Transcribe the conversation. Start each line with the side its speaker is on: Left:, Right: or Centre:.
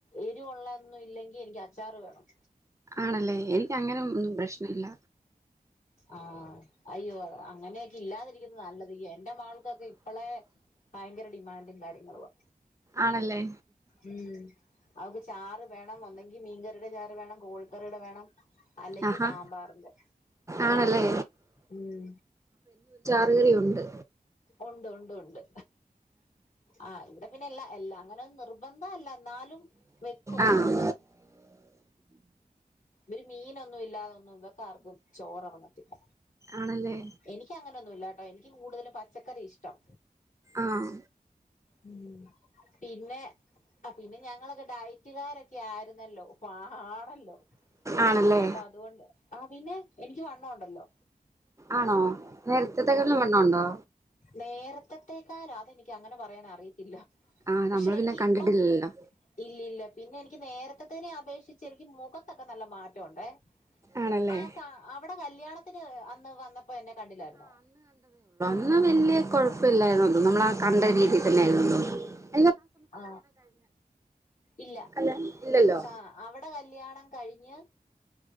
Left: എരിവുള്ള ഒന്നും ഇല്ലെങ്കിൽ എനിക്ക് അച്ചാർ വേണം
Right: ആണല്ലേ എനിക്ക് അങ്ങനെ ഒന്നും പ്രശ്ന ഇല്ല
Left: ആ അയ്യോ അങ്ങനെയൊക്കെ ഇല്ലാതിരിക്കുന്നത നല്ലത് എന്റെ മാൾക്കൊക്കെ ഇപ്പോഴേ ഭയങ്കര ഡിമാൻഡും കാര്യങ്ങളുവാ
Right: ആണല്ലേ
Left: ഉം അവക്ക് ചാറ് വേണം ഒന്നെങ്കിൽ മീൻകറിയുടെ ചാറ് വേണം കോഴിക്കറിയുടെ വേണം അല്ലെങ്കിൽ
Right: ആഹാ
Left: സാമ്പാറിന്റെ
Right: ആണല്ലേ
Left: ഉം
Right: ചാറുകറി ഉണ്ട്
Left: ഉണ്ട് ഉണ്ട് ഉണ്ട് ആ ഇവിടെ പിന്നെ എല്ലാം അങ്ങനെ നിർബന്ധം നിർബന്ധം അല്ല എന്നാലും വെക്കും
Right: ആഹ്
Left: എന്നും ഉ മീൻ ഒന്നും ഇല്ലാതെ ഇവര്‍ക്ക്‌ ആർക്കും ചോറ് ഇറങ്ങത്തില്ല
Right: ആണല്ലേ
Left: എനിക്കങ്ങനെ ഒന്നുമില്ല നിർബന്ധമൊന്നുമില്ല ട്ടോ എനിക്ക് കൂടുതലും പച്ചക്കറിയ പച്ചക്കറിയ ഇഷ്ടം
Right: ആഹ്
Left: ഉം പിന്നെ ആ പിന്നെ ഞങ്ങളൊക്കെ ഡൈ കൂട്ടുകാരൊക്കെ ആയിരുന്നല്ലോ അപ്പൊ ആ ആണല്ലോ
Right: ആണല്ലേ
Left: അപ്പൊ അതുകൊണ്ട് ആ പിന്നെ എനിക്ക് വണ്ണം ഉണ്ടല്ലോ
Right: ആണോ നേരത്തത്തേക്കാട്ടിലും വണ്ണം ഇണ്ടോ
Left: നേരത്തത്തേക്കാലോ അതെനിക്ക് അങ്ങനെ പറയൻ അറിയത്തില്ല
Right: ആഹ്
Left: പക്ഷെ
Right: നമ്മള്
Left: എനിക്ക്
Right: പിന്നെ കണ്ടിട്ടില്ലല്ലോ
Left: ഇപ്പം ഇല്ലില്ല പിന്നെ എനിക്ക് എനിക്ക് നേരത്തെതിനെ അപേക്ഷിച്ച് എനിക്ക് മുഖത്തൊക്കെ നല്ല മാറ്റമുണ്ട്
Right: ആണല്ലേ
Left: ആ സ അവിട കല്യാണ ത്തിന് അന്ന് വന്നപ്പോ എന്നെ കണ്ടില്ലായിരുന്നോ.
Right: എന്ന വല്യാ കുഴപ്പില്ലായിന്നോ നമ്മള് ആ കണ്ട രീതിയിൽ തന്നെ <unintelligible>
Left: ആ ഇല്ല
Right: കല്യാണം ഇല്ലല്ലോ
Left: സ അവിട കല്യാണം കഴിഞ്ഞ്